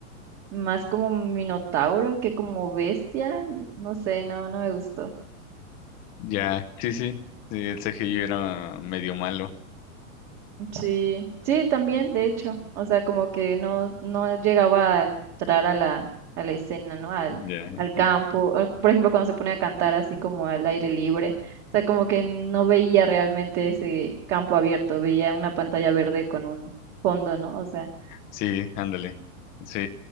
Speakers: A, on the right (about 25°); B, on the left (about 20°).
A: más como minotauro que como bestia. No sé, no, no me gustó.
B: Ya, sí, sí, sí, el CGI era medio malo.
A: Sí, sí, también, de hecho, o sea, como que no, no llegaba a entrar a la, a la escena, ¿no? Al,
B: Ya,
A: al
B: ujú.
A: campo, o, por ejemplo, cuando se pone a cantar así como al aire libre, o sea, como que no veía realmente ese campo abierto, veía una pantalla verde con un fondo, ¿no? O sea,
B: sí, ándale. Sí,